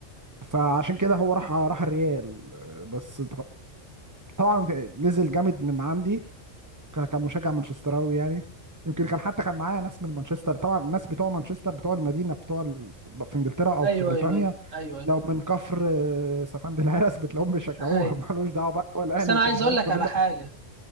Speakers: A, on the right; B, on the right.
A: فعشان كده هو راح راح الريال بس طبعا نزل جامد من عندي ك- كمشجع مانشستراوي يعني يمكن كان حتى كان معايا ناس من مانشستر طبعا الناس بتوع مانشستر بتوع المدينه بتوع ال... في انجلترا او
B: ايوه
A: في بريطانيا
B: ايوه ايوه ايوه
A: لو من كفر آه، سفند الهرس بتلاقيهم بيشجعوها
B: ايوه
A: <laughs> مالوش دعوه بقى هو الاهلي
B: بس انا
A: انت
B: عايز
A: مش
B: اقول
A: عارف
B: لك
A: كلنا
B: على حاجه